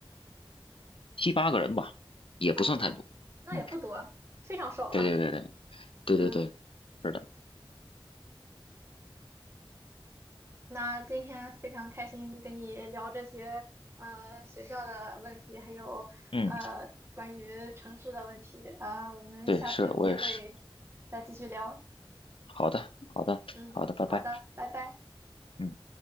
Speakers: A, on the left (about 75°); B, on the right (about 30°).
A: 七八个人吧，也不算太多。
B: 啊，那那也不多，
A: 嗯，
B: 非常少了。
A: 对对对对对对对，
B: 嗯。
A: 是的，
B: 那今天非常开心跟你聊这些呃学校的问题，还有呃关于城市的问题啊，
A: 嗯，
B: 呃我们下次有机会再继续聊。
A: 对，是我也是。好的，好的，
B: 嗯，
A: 好的，拜拜。
B: 好的，拜拜。
A: 嗯。